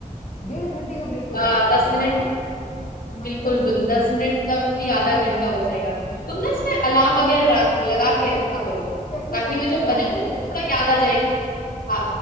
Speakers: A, on the left (about 55°); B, on the left (about 85°).
A: डेढ़ घंटे का ब्रेक हो
B: हाँ
A: जाता है
B: दस
A: यार
B: मिनट
A: मतलब
B: बिल्कुल बिल्कुल दस मिनट का भी आधा घंटा हो जाएगा तुम
A: तो
B: ना इसमें
A: मुझे
B: अलार्म वगैरह रा- लगा के रखा करो
A: कैसे
B: ताकि
A: कैसे
B: वो जो
A: बताना
B: बजट है, थोड़ा
A: कैसे
B: याद आ जाएगी हाँ